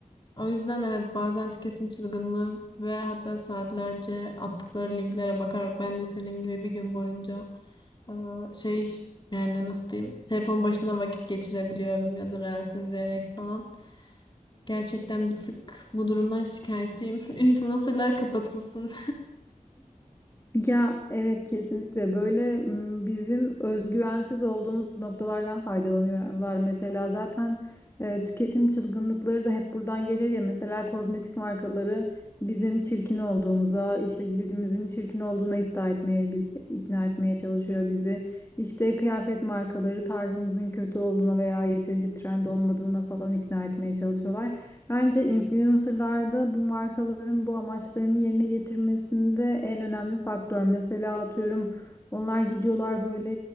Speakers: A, on the left; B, on the left.
A: O yüzden evet bazen tüketim çılgınlığı ve hatta saatlerce attıkları linklere bakarak ben de senin gibi bir gün boyunca e, şey yani nasıl diyeyim telefon başında vakit geçirebiliyorum ya da reels izleyerek falan. Gerçekten bir tık bu durumdan şikayetçiyim. <laughs> Influencerlar kapatılsın.
B: Ya evet kesinlikle böyle m, bizim özgüvensiz olduğumuz noktalardan faydalanıyorlar. Mesela zaten e, tüketim çılgınlıkları da hep buradan gelir ya. Mesela kozmetik markaları bizim çirkin olduğumuza, işte cildimizin çirkin olduğuna iddia etmeye, bi- ikna etmeye çalışıyor bizi. İşte kıyafet markaları tarzımızın kötü olduğuna veya yeterince trend olmadığına falan ikna etmeye çalışıyorlar. Bence influencerlarda bu markaların bu amaçlarını yerine getirmesinde en önemli faktör. Mesela atıyorum onlar gidiyorlar böyle